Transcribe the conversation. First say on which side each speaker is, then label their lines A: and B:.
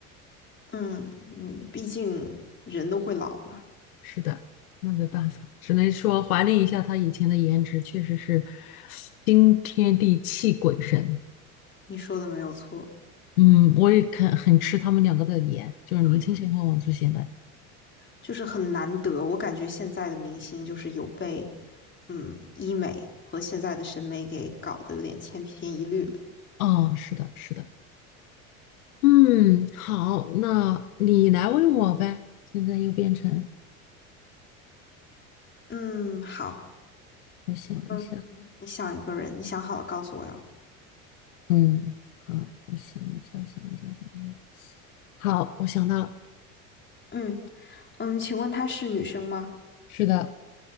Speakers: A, on the left; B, on the left.
A: 嗯嗯，毕竟人都会老嘛，
B: 是的，那没办法，只能说怀念一下她以前的颜值，确实是惊天地泣鬼神。
A: 你说的没有错。
B: 嗯，我也很很吃他们两个的颜，就是林青霞和王祖贤的。
A: 对，就是很难得，我感觉现在的明星就是有被，嗯，医美和现在的审美给搞得有点千篇一律了。
B: 哦，是的，是的。嗯，好，那你来问我呗。现在又变成
A: 嗯，好，
B: 我想一下，
A: 嗯，你想一个人，你想好了告诉我哟。
B: 嗯，好，我想一下，想一下，想一下。好，我想到了。
A: 嗯嗯，请问她是女生吗？
B: 是的，